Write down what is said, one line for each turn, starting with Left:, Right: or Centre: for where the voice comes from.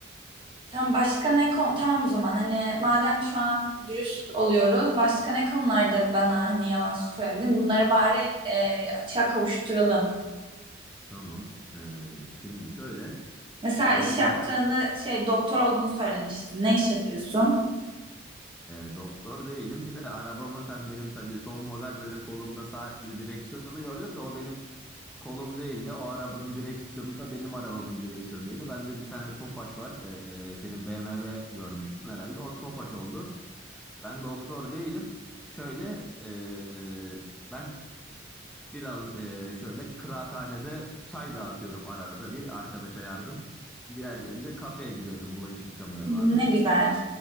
Right: Tam başka ne konu? Tamam o zaman hani madem şu an dürüst oluyoruz. Başka ne konularda bana hani yalan söyledin? Bunları bari e, açığa kavuşturalım.
Centre: Tamam. Ee, şimdi şöyle
Right: Mesela
Centre: sen
Right: iş
Centre: benim
Right: yaptığını
Centre: a-
Right: şey doktor olduğunu söylemiştin. Ne iş yapıyorsun?
Centre: e, doktor değilim bir de arabamı sen benim tabii son model böyle kolumda saatli direksiyonu gördün de o benim kolum değildi. O arabanın direksiyonu da benim arabamın direksiyonu değildi. Bende bir tane Tofaş var. Ee, senin BMW görmüştün herhalde. O Tofaş oldu. Ben doktor değilim. Şöyle e, ben Biraz eee, şöyle kıraathanede çay dağıtıyorum arada bir arkadaşa yardım. Diğer bir de kafeye gidiyorum bulaşık yıkamaya
Right: Ne
Centre: bazen.
Right: güzel.